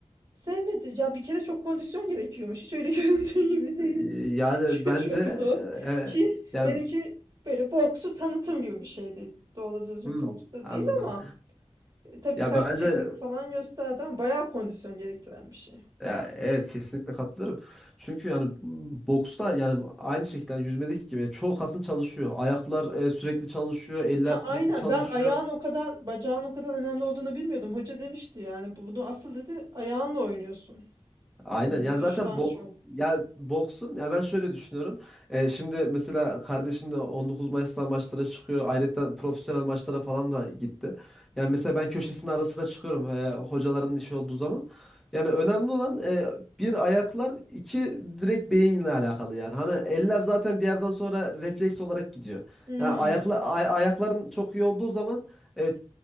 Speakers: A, on the right; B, in the centre.
A: Sevmedim. Ya bir kere çok kondisyon gerekiyormuş. Hiç öyle <laughs> göründüğü gibi değil.
B: E, Yani
A: <laughs> Çok,
B: bence
A: çok zor.
B: e,
A: Ki
B: yani
A: benimki böyle boksu tanıtım gibi bir şeydi. Doğru düzgün
B: hmm,
A: boks da
B: anladım.
A: değil ama e, tabii
B: Ya
A: kaç
B: bence
A: teknik falan gösterdi ama bayağı kondisyon gerektiren bir şey.
B: Ya evet kesinlikle katılıyorum. Çünkü yani m, boksta yani aynı şekilde yüzmedik gibi yani, çoğu kasın çalışıyor. Ayaklar e, sürekli çalışıyor, eller
A: Ha
B: sürekli
A: aynen
B: çalışıyor.
A: ben ayağın o kadar bacağın o kadar önemli olduğunu bilmiyordum. Hoca demişti yani bu- bunu asıl dedi ayağınla oynuyorsun.
B: Aynen
A: Vuruştan
B: ya zaten bok
A: çok.
B: ya boksun ya ben şöyle düşünüyorum. Ee, şimdi mesela kardeşim de 19 Mayıs'ta maçlara çıkıyor. Ayrıca profesyonel maçlara falan da gitti. Yani mesela ben köşesine ara sıra çıkıyorum e, hocaların işi olduğu zaman. Yani önemli olan e, bir ayaklar iki direkt beyinle alakalı yani. Hani eller zaten bir yerden sonra refleks olarak gidiyor.
A: Hmm.
B: Yani ayakla ay- ayakların çok iyi olduğu zaman e,